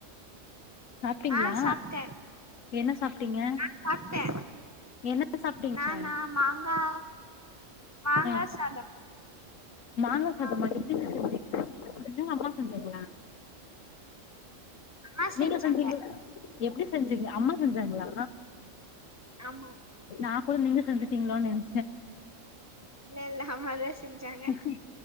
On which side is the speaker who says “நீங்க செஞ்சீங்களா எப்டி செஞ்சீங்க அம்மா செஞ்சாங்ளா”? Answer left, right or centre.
Left